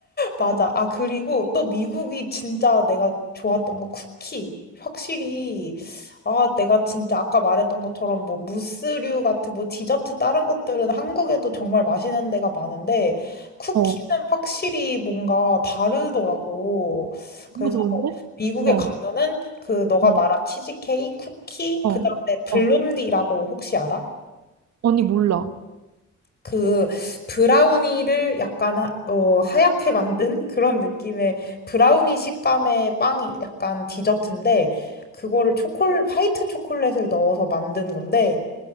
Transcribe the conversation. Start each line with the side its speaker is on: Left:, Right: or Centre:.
Left: 맞아.
Right: 음.
Left: 아, 그리고 또 미국이 진짜 내가 좋았던 거 쿠키. 확실히, 아, 내가 진짜 아까 말했던 것처럼 뭐 무스류 같은 뭐 디저트 다른 것들은 한국에도 정말 맛있는 데가 많은데 쿠키는
Right: 어,
Left: 확실히 뭔가 다르더라고. 그래서
Right: 너무 좋은데?
Left: 미국에
Right: 어,
Left: 가면은 그 너가
Right: 어,
Left: 말한 치즈케이크, 쿠키,
Right: 어,
Left: 그 다음에 블론디라고
Right: 어.
Left: 혹시 알아?
Right: 언니 몰라.
Left: 그 브라우니를 약간 하, 어, 하얗게 만든 <laughs> 그런 느낌의 브라우니 식감의 빵이 약간 디저트인데 그거를 초콜 화이트 초콜릿을 넣어서 만든 건데